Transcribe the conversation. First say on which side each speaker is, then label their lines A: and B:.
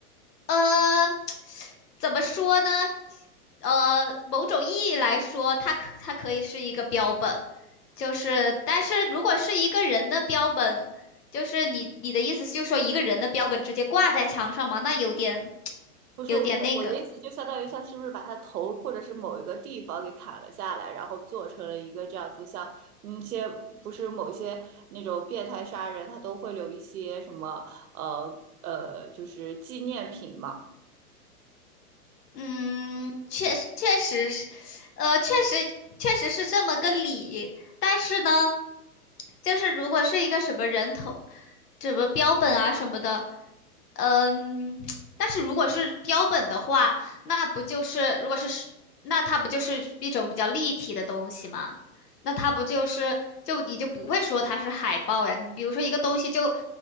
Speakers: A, on the left; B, on the right.
A: 呃，怎么说呢？呃，某种意义来说，它可它可以是一个标本，就是，但是如果是一个人的标本，就是你你的意思就是说一个人的标本直接挂在墙上嘛，那有点 <tsk>
B: 不是我的我的意思，
A: 有点那个。
B: 就相当于他是不是把他头或者是某一个地方给砍了下来，然后做成了一个这样子像，嗯一些不是某些那种变态杀人，他都会留一些什么呃呃，就是纪念品嘛，
A: 嗯，确实确实是，呃，确实确实是这么个理。但是呢，就是如果是一个什么人头，什么标本啊什么的，呃嗯，<tsk> 但是如果是标本的话，那不就是如果是是那它不就是一种比较立体的东西吗？那它不就是就你就不会说它是海报呀？你比如说一个东西就